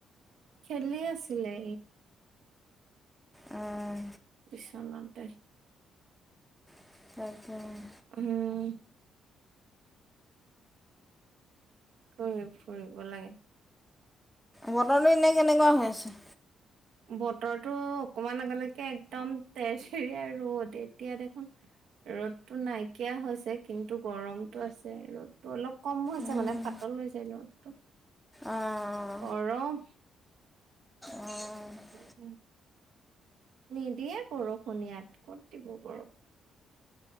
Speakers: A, on the right; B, in the centre.
A: খেলি আছিলে।
B: উম।
A: বিছনাতে।
B: তাৰপিছত
A: উম। ফুৰি ফুৰিব লাগে।
B: বতৰটো এনেই কেনেকুৱা হৈ আছে?
A: বতৰটো অকমান আগলৈকে একদম তেৰ তিৰীয়া ৰ'দ, এতিয়া দেখোন ৰ'দটো নাইকিয়া হৈছে, কিন্তু গৰমতটো আছে। ৰ'দটো অলপ কম হৈছে
B: উম
A: মানে, পাতল হৈছে ৰদটো,
B: অঁ
A: গৰম।
B: অঁ
A: উম, নিদিয়ে বৰষুণ ই, ক'ত দিব বৰষুণ।